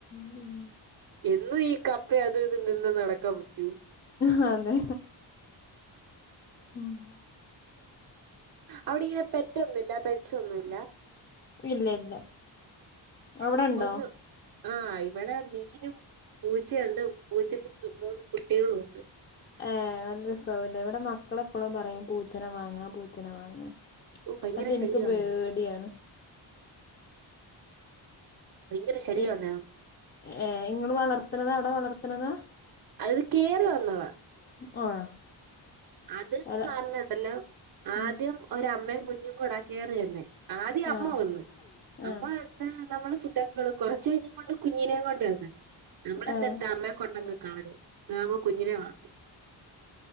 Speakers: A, on the left; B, on the right.
A: <unintelligible>
B: എന്നും ഈ കപ്പയ അത് ഇത് നിന്ന് നടക്കാൻ പറ്റൂ
A: ആ അതെ <unintelligible>
B: അവിടെ ഇങ്ങനെ പെറ്റൊന്നുമില്ല പെട്സൊന്നുമില്ല
A: ഇല്ല ഇല്ല. അവിടെണ്ടോ.
B: ഒന്ന് ആ ഇവിടെ മീനും പൂച്ചേണ്ട്. പൂച്ചക്ക് മൂന്ന് കുട്ട്യേളുണ്ട്.
A: ഏ <unintelligible> ഇവ്ടെ മക്കളെപ്പൊളും പറയും. പൂച്ചന വാങ്ങാ പൂച്ചന വാങ്ങ.
B: ഓ ഭയങ്കര
A: പക്ഷെ എനിക്ക്
B: ശല്യമാന്നേ
A: പേടിയാണ്.
B: ഭയങ്കര ശല്യമാന്നേ
A: ഈ ഏ ഇങ്ങള് വളർത്തണതാ അവിടെ വളർത്തണതാ.
B: അ <unintelligible> ൽ കേറി വന്നത.
A: <unintelligible>
B: അത്
A: അല്ല
B: പറഞ്ഞണ്ടല്ലോ. ആദ്യം
A: ഉം
B: ഒരമ്മേം കുഞ്ഞും കൂടെ കേറി വർനെ. ആദ്യ അമ്മ
A: ആഹ്
B: വന്ന്.
A: ആഹ്
B: അമ്മ വ <unintelligible> ഞമ്മള്. ഫുഡ് <unintelligible> കൊറച്ച് <unintelligible> കുഞ്ഞിനേം കൊണ്ട് വന്ന്. ഞമ്മള് <unintelligible> അമ്മെ കൊണ്ടവന്ന് നമ്മളെന്തടുത്ത
A: ആഹ്
B: അമ്മയെ കൊണ്ടന്ന്. <inaudible> <unintelligible> കുഞ്ഞിനെ വളർത്തി.